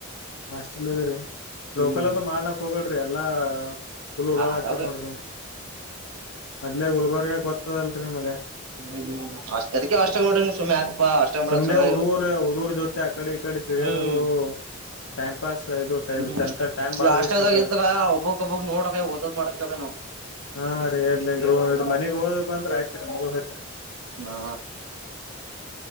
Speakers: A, on the left; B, on the right.
A: ಹಸ್ಟೆಲ್ ರೀ ಲೋಕಲ್ದು
B: ಹ್ಮ್
A: ಮಾಡ್ಲಕ್ ಹೋಗಬೇ ರಿ ಎಲ್ಲಾ ಪುಲ್ ಉಡಾಳ
B: ಆಗಾಗ
A: ಆಗ್ತರಿ ನೋಡ್ರಿ ನೀವ ಮೊದ್ಲೆೇ ಗುಲ್ಬರ್ಗ ಗೋತ್ತದಲ್ರರಿ ನಮ್ಗೆ
B: ಹ್ಮ್ ಹ್ಮ್ ಅಷ್ಟ ಅದಕ್ಕೆ ಅಷ್ಟಂಗ ಮಾಡಡ ಸುಮ್ಮನೆ ಯಾಕಪ್ಪಾ ಅಷ್ಟಂಗ
A: ಸುಮ್ನೆ
B: ಚೆನ್ನಾಗಿರುತ್ತ
A: ಹುಡುಗರ್ ಹುಡುಗರ್ ಜೊತೆ ಆ ಕಡೆ ಈ ಕಡೆ ತಿರ್ಗಾಡೋದು
B: ಹ್ಮ್
A: ಟೈಮ್ ಪಾಸ್ ಇದು ಟೈ
B: ಹ್ಮ್
A: ಚಂತ ಟೈಮ್ ಬಾಳ
B: ಈ ಅಷ್ಟಂಗದಾಗ
A: ವೇಸ್ಟ್ ಆತವ್ರೀ
B: ಇದ್ದಾಗ ಒಬ್ಬಕ್ ಒಬ್ಬಕ್ ನೋಡ ಕ ದು ಮಾಡೆ ಕ ನವು <unintelligible>
A: ಹಾ ರೀ ಹೇಳಲಿನ್ ಮನಗ್ ಹೋದ್ ಬಂದ್ರ ಆಐತ್ರಿ ಮುಗತ್ರಿ
B: ಹಾ